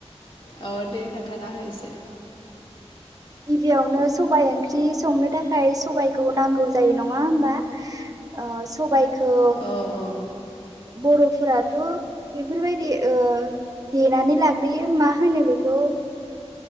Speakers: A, on the left; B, on the right.
A: अ दे खोन्थाना हो एसे
B: गिबियावनो सबाइ ओंख्रि संनो था खाय सबायखौ नांगौ जायो नङा होमबा ओ सबायख खौ
A: औ औ
B: बर'फोरा थ' बेफोरबायदि देनानै लाग्रोयो मा होनो बेखौ